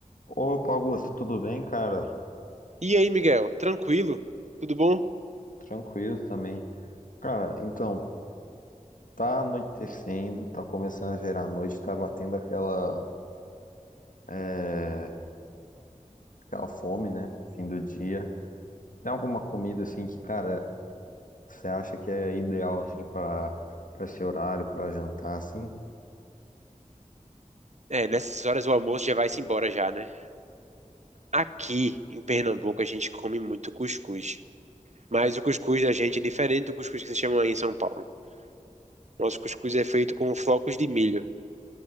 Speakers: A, on the left; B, on the right.
A: Opa, Augusto, tudo bem, cara?
B: E aí, Miguel? Tranquilo? Tudo bom?
A: Tranquilo também. Cara, então, tá anoitecendo, tá começando a virar noite, tá batendo aquela, é, aquela fome, né? Fim do dia. Tem alguma comida, assim, que, cara, você acha que é ideal, assim, pra, pra esse horário, pra jantar, assim?
B: É, nessas horas o almoço já vai-se embora já, né? Aqui em Pernambuco a gente come muito cuscuz. Mas o cuscuz da gente é diferente do cuscuz que vocês chamam aí em São Paulo. Nosso cuscuz é feito com flocos de milho.